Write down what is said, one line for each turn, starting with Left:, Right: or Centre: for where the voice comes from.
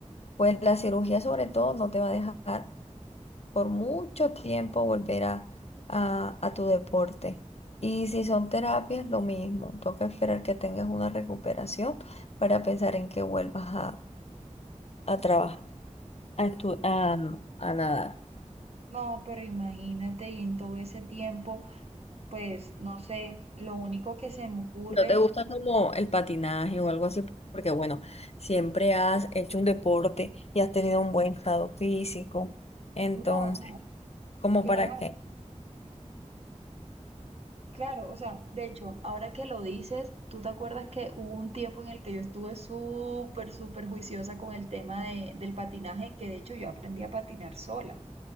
Left: pues la cirugía sobre todo no te va a dejar por mucho tiempo volver a, a, a tu deporte. Y si son terapias, lo mismo. Toca esperar que tengas una recuperación para pensar en que vuelvas a, a trabajar, a, estu- a a nadar.
Right: No, pero imagínate, y en todo ese tiempo Pues no sé, lo único que se me ocurre,
Left: ¿No te gusta como el patinaje o algo así? Porque bueno, siempre has hecho un deporte y has tenido un buen estado físico. Entonces,
Right: no,
Left: ¿como
Right: claro,
Left: para qué?
Right: claro, o sea, de hecho, ahora que lo dices, tú te acuerdas que hubo un tiempo en el que yo estuve súper, súper juiciosa con el tema de, del patinaje, que de hecho yo aprendí a patinar sola.